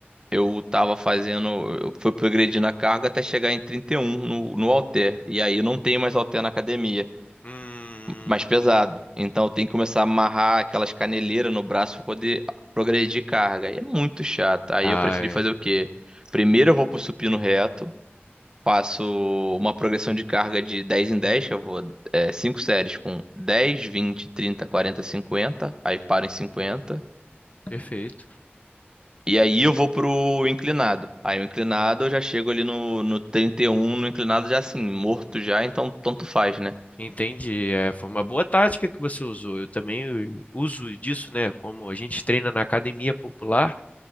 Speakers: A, on the right; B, on the left.
A: Eu tava fazendo, eu fui progredindo a carga até chegar em 31 no, no halter. E aí não tem mais halter na academia,
B: Hum.
A: mais pesado. Então eu tenho que começar a amarrar aquelas caneleiras no braço para poder progredir carga. E é muito chato. Aí
B: Ah,
A: eu preferi
B: é.
A: fazer o quê? Primeiro eu vou pro supino reto, faço uma progressão de carga de 10 em 10, que eu vou é, 5 séries com 10, 20, 30, 40, 50, aí paro em 50.
B: Perfeito.
A: E aí eu vou pro inclinado. Aí o inclinado eu já chego ali no, no 31 no inclinado já assim, morto já, então tanto faz, né?
B: Entendi. É, foi uma boa tática que você usou. Eu também uso disso, né? Como a gente treina na academia popular.